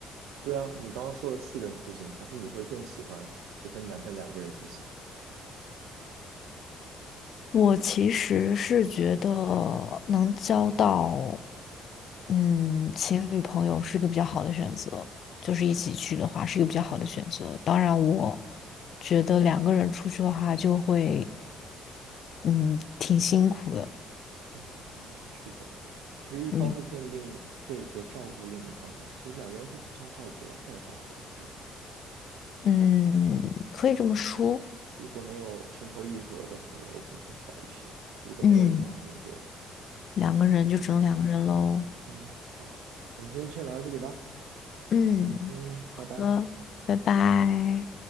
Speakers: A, on the right (about 85°); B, on the left (about 55°).
A: 对啊，你刚刚说了四个人出行，还是你会更喜欢只和你男朋友两个人出行？
B: 我其实是觉得能交到，嗯，情侣朋友是一个比较好的选择，就是一起去的话是一个比较好的选择。当然，我觉得两个人出去的话就会，嗯，挺辛苦的，
A: 嗯，是的，其实一方会更另，
B: 嗯
A: 会比较照顾另一方嘛。其实两个人会互相照顾了，倒也还好。我觉得。
B: 嗯，可以这么说，
A: 如果能有情投意合的朋友，可能会好一些；如果没有的话，
B: 嗯，
A: 可能就
B: 两个人就只能两个人喽，
A: 嗯嗯好。我们今天就先聊到这里吧。
B: 嗯，
A: 嗯，拜拜。
B: 好的，拜拜。